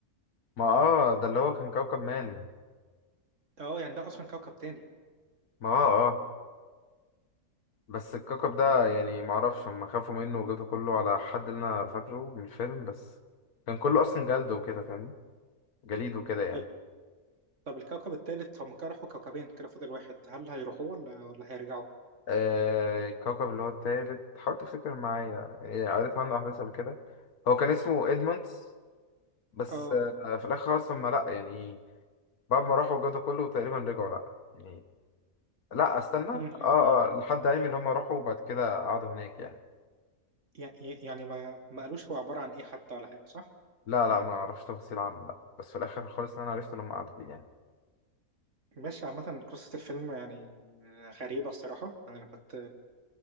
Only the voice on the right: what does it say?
اه يعني ده اصلا كوكب تاني
طيب طب الكوكب التالت هم كده راحوا كوكبين كده فاضل واحد هل هيروحوه ولا ولا هيرجعوا
اه
مم، يعني
يع- يعني ما ما قالوش هو عبارة عن ايه حتى ولا حاجة صح؟
ماشي عامة قصة الفيلم يعني غريبة الصراحة يعني أنا كنت